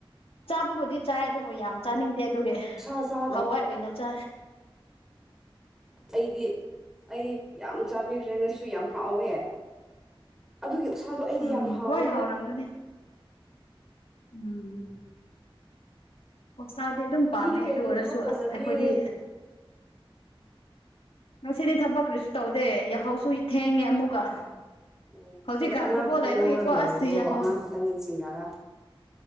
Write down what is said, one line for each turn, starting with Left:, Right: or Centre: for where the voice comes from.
Left: ꯆꯥꯕꯕꯨꯗꯤ ꯆꯥꯏ ꯑꯗꯨꯕꯨ ꯌꯥꯝ ꯆꯥꯅꯤꯡꯗꯦ ꯑꯗꯨꯒꯤ
Centre: ꯁꯥ ꯆꯥꯗꯕ
Left: ꯍꯋꯥꯏ ꯑꯣꯏꯅ ꯆ
Centre: ꯑꯩꯗꯤ ꯑꯩ ꯌꯥꯝ ꯆꯥꯕꯤꯈ꯭ꯔꯦ ꯉꯥꯏꯁꯨ ꯌꯥꯝ ꯍꯥꯎꯋꯦ ꯑꯗꯨꯒꯤ ꯎꯁꯥꯗꯣ ꯑꯩꯗꯤ
Left: ꯎꯝ
Centre: ꯌꯥꯝ ꯍꯥꯎꯋꯦꯕꯣ
Left: ꯍꯣꯏ ꯍꯥꯎꯔꯝꯒꯅꯤ ꯎꯝ ꯑꯣꯛꯁꯥꯗꯤ ꯑꯗꯨꯝ
Centre: ꯉꯁꯤꯗꯤ
Left: ꯄꯥꯝꯃꯦ
Centre: ꯀꯩꯀꯩ
Left: ꯑꯗꯨ ꯑꯣꯏꯔꯁꯨ
Centre: ꯊꯕꯛ ꯇꯧꯔꯒꯦ
Left: ꯑꯁ ꯑꯩꯈꯣꯏꯗꯤ ꯉꯁꯤꯗꯤ ꯊꯕꯛ ꯀꯔꯤꯁꯨ ꯇꯧꯗꯦ ꯌꯥꯍꯧꯁꯨ ꯊꯦꯡꯉꯦ ꯑꯃꯨꯛꯀ
Centre: ꯑꯣ
Left: ꯍꯧꯖꯤꯛꯀꯥꯟ
Centre: ꯑꯗꯨꯗ ꯑꯉꯥꯡ
Left: ꯐꯨꯠꯕꯣꯜ
Centre: ꯈꯛꯇꯪ
Left: ꯂꯩꯕꯒꯤꯀꯣ
Centre: ꯂꯧꯔꯒ ꯂꯩ꯭ꯔꯤꯂꯣ
Left: ꯑꯁ ꯌꯥꯍꯧ
Centre: ꯑꯉꯥꯡ ꯈꯛꯇꯪ ꯌꯦꯡꯁꯤꯜꯂꯒ